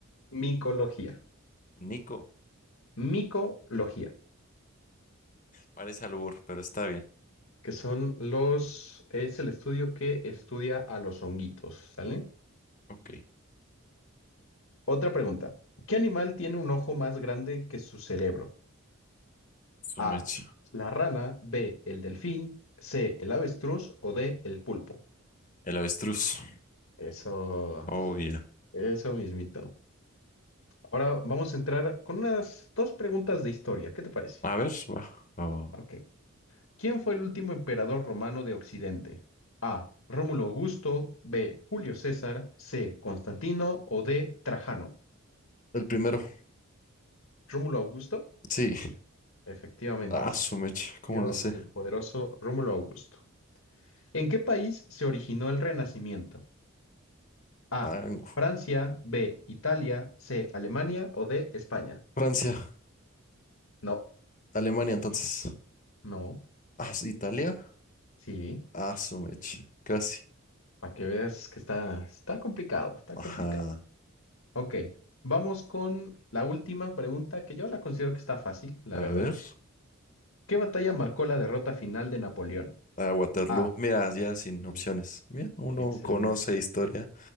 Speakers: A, on the left (about 70°); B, on the left (about 35°).
A: Micología.
B: Nico.
A: Micología,
B: Parece albur, pero está bien.
A: que son los, es el estudio que estudia a los honguitos, ¿sale?
B: Ok.
A: Otra pregunta. ¿Qué animal tiene un ojo más grande que su cerebro?
B: Sumecha.
A: A, la rana, B, el delfín, C, el avestruz o D, el pulpo.
B: El avestruz.
A: Eso,
B: Oh, yeah.
A: eso mismito. Ahora vamos a entrar con unas dos preguntas de historia. ¿Qué te parece?
B: A ver, va. va, va, va.
A: Ok. ¿Quién fue el último emperador romano de Occidente? ¿Rómulo Augusto, B, Julio César, C, Constantino o D, Trajano?
B: El primero.
A: ¿Rómulo Augusto?
B: Sí.
A: Efectivamente.
B: Ah, Sumecha. ¿Cómo
A: Yo,
B: le sé?
A: el poderoso Rómulo Augusto. ¿En qué país se originó el Renacimiento? A.
B: Mango.
A: Francia, B. Italia, C. Alemania o D. España.
B: Francia.
A: No,
B: Alemania, entonces.
A: no,
B: Ah, Italia.
A: sí,
B: Ah, su mecha. Casi.
A: para que veas que está, está complicado, está
B: Ajá.
A: complicado. Ok, vamos con la última pregunta que yo la considero que está fácil, la
B: A
A: verdad.
B: ver.
A: ¿Qué batalla marcó la derrota final de Napoleón?
B: A Waterloo.
A: A.
B: Mira, ya sin
A: Sí,
B: opciones. Mira, uno
A: Excelente.
B: conoce historia